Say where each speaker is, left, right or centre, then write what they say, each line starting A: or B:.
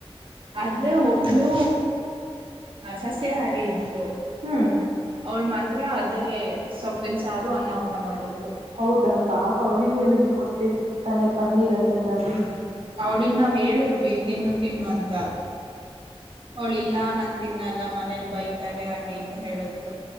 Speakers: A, on the right; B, on the right.
A: ಆದ್ರೆ ಒಬ್ಳೂ ಸಸ್ಯಾಹಾರಿ ಇದ್ಲು
B: ಹ್ಮ್
A: ಅವ್ಳ ಮಾತ್ರ ಅದೇ ಸೊಪ್ಪನ್ ಸಾರು ಅನ್ನ ಊಟ ಮಾಡಿದ್ಳಲು
B: ಹೌದಾ ಪಾಪ ಅವಳಿಗೂ ಏನಾದ್ರು ಕೊಡ್ಬೇಕಿತಾನೆ ಪನ್ನೀರ್ ಅಂತ ಏನಾರು
A: ಅವಳಗ್ ನಾವ್ ಹೇಳಿದ್ವಿ ತಿನ್ನು ತಿನ್ನು ಅಂತ ಅವಳ ಇಲ್ಲ ನಾನು ತಿನ್ನಲ್ಲ ಮನೇಲಿ ಬೈತಾರೆ ಹಾಗೆ ಹೀಗೆ ಹೇಳದ್ರು